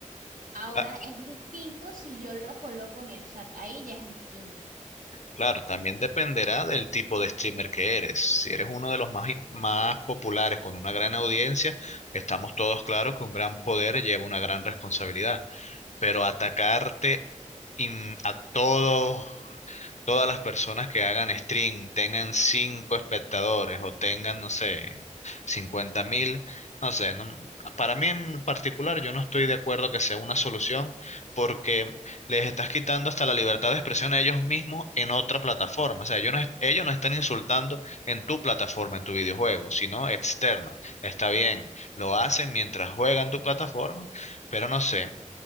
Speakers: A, on the right; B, on the left.
A: Ahora
B: Ah,
A: es distinto si yo lo coloco en el chat, ahí ya es distinto.
B: Claro, también dependerá del tipo de streamer que eres. Si eres uno de los más, más populares con una gran audiencia, estamos todos claros que un gran poder lleva una gran responsabilidad. Pero atacarte in- a todos todas las personas que hagan stream tengan cinco espectadores o tengan, no sé, cincuenta mil, no sé, no- para mí en particular yo no estoy de acuerdo que sea una solución porque les estás quitando hasta la libertad de expresión a ellos mismos en otra plataforma. O sea, ellos no, es- ellos no están insultando en tu plataforma, en tu videojuego, sino externo. Está bien, lo hacen mientras juegan tu plataforma, pero no sé.